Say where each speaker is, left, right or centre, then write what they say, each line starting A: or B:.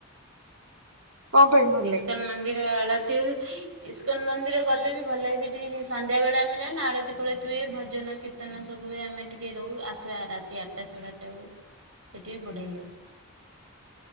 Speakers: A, on the right (about 85°); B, on the right (about 70°).
A: କଣ ପାଇଁ ଭଲ
B: ଇସ୍କନ
A: ଲାଗେ?
B: ମନ୍ଦିର ଆଳତି
A: ମାନେ
B: ହୁଏ ଇସ୍କନ୍ ମନ୍ଦିର ଗଲେ
A: ହୁଁ
B: ବି ଭଲ ଲାଗେ ସେଠି ସନ୍ଧ୍ୟାବେଳେ ଆମେ ଯାଉ ଆଳତୀ ଫାଳତି ହୁଏ ଭଜନ
A: ହୁଁ
B: କୀର୍ତ୍ତନ
A: ହୁଁ
B: ସବୁ ହୁଏ ଆମେ ଟିକେ ରହୁ ଆସୁ ରାତି ଆଠଟା ସାଢେ ଆଠ୍ ଟା ବେଳେ ସେଠି ବି ବଢିଆ ଲାଗେ।